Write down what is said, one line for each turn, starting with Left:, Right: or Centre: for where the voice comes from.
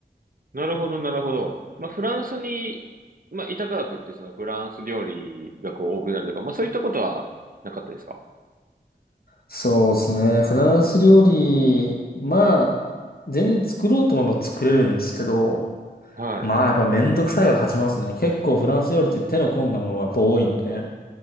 Right: なるほど、なるほど。まあ、フランスに、まあ、いたからといって、そのフランス料理がこう多くなるとか、まあ、そういったことはなかったですか
Left: そうですね。フランス料理、まあ、全然作ろうと思えば作れるんですけど、
Right: はい。
Left: まあやっぱめんどくさいが勝ちますね。結構フランス料理って手の込んだものがやっぱ多いので。